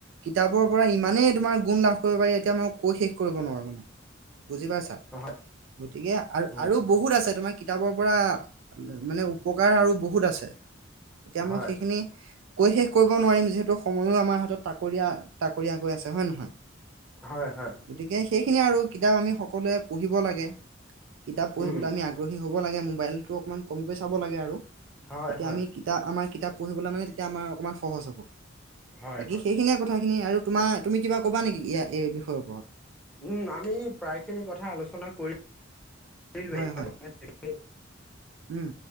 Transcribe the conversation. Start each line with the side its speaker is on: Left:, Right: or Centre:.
Right: কিতাপৰ পৰা ইমানেই তোমাৰ গুণ লাভ কৰিব পাৰি এতিয়া মই কৈ শেষ কৰিব নোৱাৰো মানে। বুজি পাইছা,
Centre: হয়,
Right: গতিকে আৰু
Centre: উম,
Right: আৰু বহুত আছে তোমাৰ কি। কিতাপৰ পৰা মানে উপকাৰ আৰু বহুত আছে এতিয়া
Centre: হয়,
Right: মই সেইখিনি। কৈ শেষ কৰিব নোৱাৰিম যিহেতু সময়ো আমাৰ হাতত তাকৰীয়া তাকৰীয়া গৈ আছে হয় নে নহয়?
Centre: হয় হয়।
Right: গতিকে সেইখিনি আৰু কিতাপ আমি সকলোৱে পঢ়িব লাগে কিতাপ পঢ়িবলৈ
Centre: উম,
Right: আমি আগ। আগ্ৰহী হ'ব লাগে ম'বাইলতটো অকণমান কমকৈ চাব লাগে আৰু তেতিয়া
Centre: হয়, হয়,
Right: আমি কিতাপ আমাৰ কিতাপ পঢ়িবলৈ মানে। তেয়া আমাৰ অকমান সহজ হ'ব
Centre: হয়,
Right: বাকি
Centre: হয়।
Right: সেইখিনিয়ে কথাখিনি আৰু। তোমাৰ তুমি কিবা ক'বা নেকি ইয়াৰ এই বিষয়ৰ ওপৰত।
Centre: উম আমি প্ৰায় খিনি কথা আলোচনা কৰিলোঁৱে।
Right: হয় হয় উম।